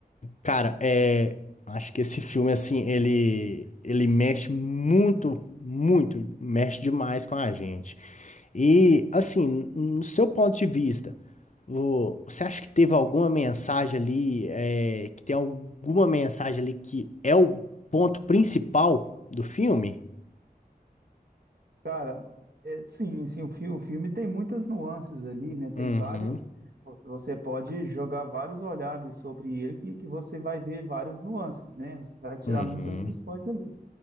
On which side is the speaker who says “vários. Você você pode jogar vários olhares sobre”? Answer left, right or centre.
Right